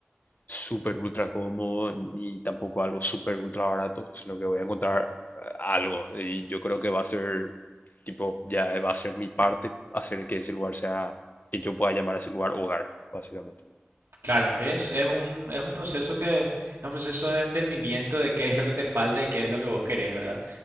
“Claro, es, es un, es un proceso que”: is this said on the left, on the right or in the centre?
Right